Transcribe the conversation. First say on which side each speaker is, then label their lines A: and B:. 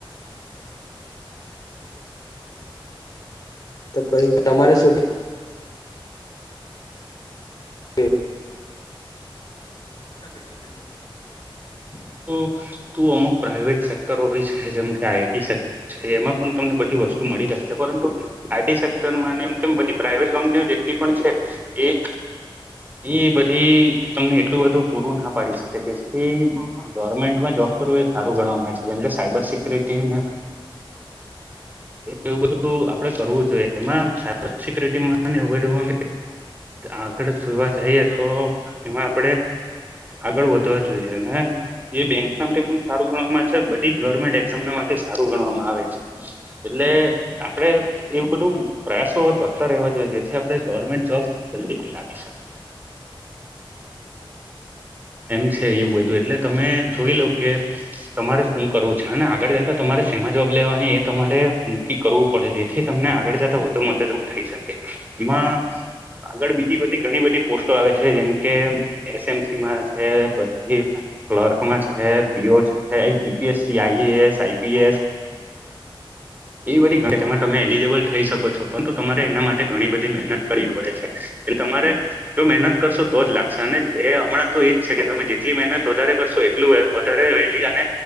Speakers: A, on the left; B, on the right.
A: તો કઈ તમારે શું. હ <inaudible> <inaudible>
B: તો તું અમુક પ્રાઈવેટ સેક્ટરો હોય છે, જેમ કે આઈ ટી સેક્ટર છે એમાં પણ તમને બધી. વસ્તુ મળી રહે છે, પરંતુ આઈ ટી સેક્ટરમાં ને એમ તેમ બધી પ્રઇવેટ કંપનીઓ જેટલી પણ છે, એ. એ બધી તમને એટલું બધું પૂરું ના પાડી શકે કે <unintelligible> ગવર્મેન્ટમાં જોબ કરવું એ સારું ગણમાં આવે છે, જેમ સાયબર સિક્યુરિટી ને. એવું બધું આપડે કરવું જોઈએ. એમાં સાયબર સિકુરિટીમાં આપણે આગળ જોવા જઈએ તો એમાં આપડે આગળ વધવા જોઈએ અને એ બેંક માટે પણ સારું ગણવામાં આવે છે. બધી જ ગવર્મેન્ટ એઝામ માટે સારું ગણવામાં આવે છે. એટલે આપડે એવું બધું પ્રયાસો કરતા રહેવા જોઈએ. જેથી આપે ગવર્મેન્ટ જોબ લાગી શકે. એમ છે, એવું બધું એટલે તમે જોઈ લોઉ કે તમારે હું કરવું છે, અને આગળ જતા તમારે. એમાં જોબ લેવાની એ તમારે કી કરવું પડે જેથી તમને આગળ જતા વધુ મદદરૂપ થઈ શકે. ઈમા આગળ બીજી બધી. ઘણી બધી પોસ્ટો આવે છે, જેમકે એસમસીમાં છે, પછી. ક્લર્કમાં છે પીઓ છે, જીપીએસ આઈએસ આઈપીએસ. એવી બધી <unintelligible> તેમાં તમે એલિજબલ થઈ શકો છો પરંતુ તમારે એના માટે ઘણી બધી મહેનત કડવી પડે છે. એટલે તમારે જો મહેનત કરશો તો જ લાગશે અને એ હમણાં તો એજ છે, કે તમે જેટલી મહેનત વધારે કરશો. <unintelligible> વધારે વહેલી અને